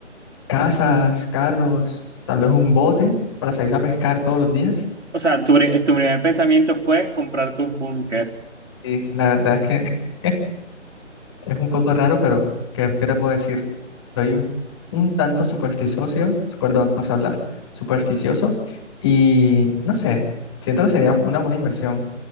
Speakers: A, on the left (about 20°); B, on the right (about 65°).
A: casas, carros, tal vez un bote para salir a pescar todos los días.
B: O sea, tu, pri- tu primer pensamiento fue comprarte un búnker.
A: Y la verdad es que <laughs> es un poco raro, pero ¿qué, qué te puedo decir? Soy un, un tanto supersticioso, su- perdón, no sé hablar, supersticioso y no sé, siento que sería una buena inversión.